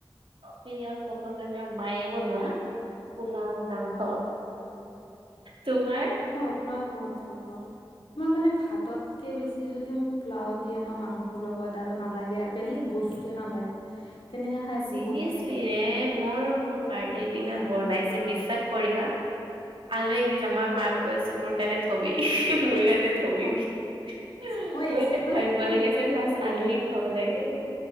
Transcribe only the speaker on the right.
প্ৰিয় ক'ব গ'লে, মায়ে বনোৱা পোলাও- মাংস।
তোমাৰ?
চিৰিয়াচলিৰে,
মোৰ মোৰ বাৰ্থডেৰ দিনা
বনাইছে, বিশ্বাস কৰিবা, আলহীক <unintelligible> মই মাক কৈছো মোৰ কাৰণে থবি, মোৰ কাৰণে থবি।
মই
যে
ভাবিব
লাগে,
যে
ফাৰ্ষ্ট
আলহীক খুৱাব লাগে।